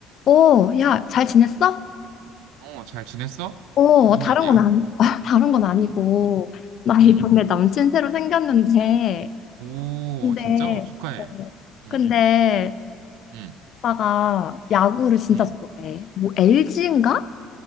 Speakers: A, on the left (about 55°); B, on the right (about 75°).
A: 오, 야, 잘 지냈어?
B: 어, 잘 지냈어?
A: 오,
B: 무슨
A: 다른
B: 일이야?
A: 건 안, <laughs> 다른 건 아니고.
B: 응.
A: 나 이번에
B: 응.
A: 남친 새로 생겼는데.
B: 오,
A: 근데,
B: 진짜? 어, 축하해.
A: 어,
B: 응,
A: 근데,
B: 응,
A: 오빠가 야구를 진짜
B: 응.
A: 좋아해. 뭐, LG인가?